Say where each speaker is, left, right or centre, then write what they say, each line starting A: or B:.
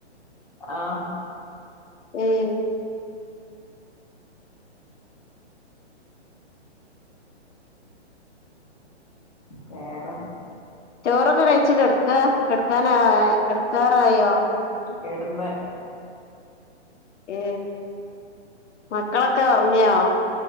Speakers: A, on the left; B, on the left.
A: ആഹ
B: ഉം
A: വേറെ
B: ചോറൊക്കെ കഴിച്കെട്ക്ക കെടക്കാനാ കെടക്കാറായോ
A: കെട്ന്ന്
B: ഏ മക്കളൊക്കെ ഒർങ്ങിയോ